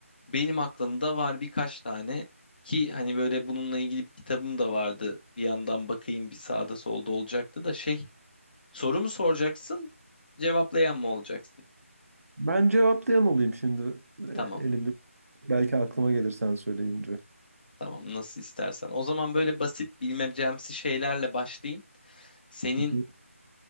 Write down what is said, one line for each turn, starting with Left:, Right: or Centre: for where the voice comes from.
Left: Benim aklımda var birkaç tane ki hani böyle bununla ilgili bir kitabım da vardı. Bir yandan bakayım bir sağda solda olacaktı da şey Soru mu soracaksın, cevaplayan mı olacaksın?
Right: Ben cevaplayan olayım şimdi e,
Left: Tamam,
Right: elimde. Belki aklıma gelir sen söyleyince.
Left: tamam. Nasıl istersen. O zaman böyle basit bilmecemsi şeylerle başlayayım. Senin
Right: Hı hı.